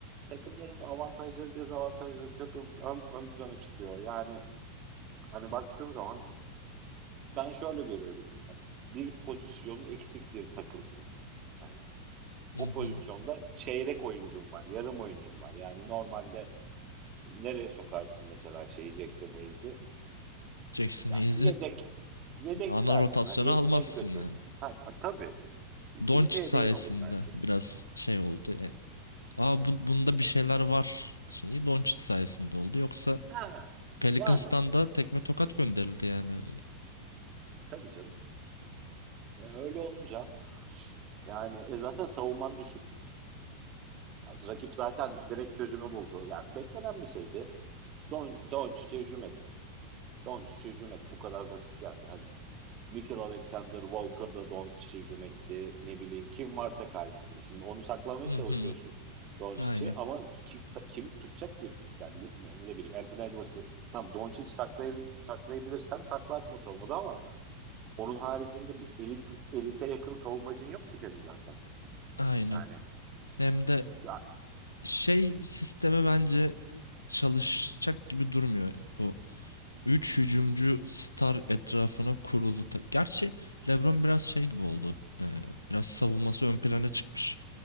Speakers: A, on the right; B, on the left.
A: Takımların avantajları dezavantajları çok ön, ön, ön plana çıkıyor. Yani hani baktığın zaman ben şöyle görüyorum. Yani bir pozisyonu eksik bir takımsın. Yani
B: Hı
A: o
B: hı.
A: pozisyonda çeyrek oyuncum var, yarım oyuncum var. Yani normalde nereye sokarsın mesela şeyi Jackson Hayes'i?
B: Jackson
A: Yani
B: Hayes'i
A: yedek yedek
B: ana
A: dersin
B: rotasyona
A: hani ye-
B: almazsın
A: en kötü.
B: yani.
A: Ha, a- tabii ikinci
B: Doncic
A: yedeğin
B: sayesinde
A: olur belki.
B: biraz şey oldu yani. Aa bu- bunda bir şeyler var şeyi Doncic sayesinde oldu. Yoksa
A: Ha
B: Pelicans'tan
A: yani
B: da tekme tokat gönderildi yani.
A: tabii canım. E, öyle olunca yani e, zaten savunman düşük. Yani rakip zaten direkt çözümü buldu. Yani beklenen bir şeydi. Don Doncic'e hücum et. Doncic'e hücum et. Bu kadar basit yani. Hani Nickel Alexander Walker da Doncic'e hücum etti. Ne bileyim kim varsa karşısında. Şimdi onu saklamaya
B: Hı
A: çalışıyorsun
B: hı.
A: Doncic'i
B: Aynen
A: ama kim, kim tutacak ki? Yani ne bileyim Anthony Edwards'ı tam Doncic saklayabil, saklayabilirsen saklarsın savunmada ama onun haricinde bir elit elite yakın savunmacın yok ki senin zaten.
B: aynen.
A: Yani
B: Hem de
A: za-
B: şey sisteme bence çalışacak gibi durmuyor bu. Üç hücumcu star etrafına kurulu. ta- Gerçi LeBron biraz şey gibi oldu. Ee, biraz savunması ön plana çıkmış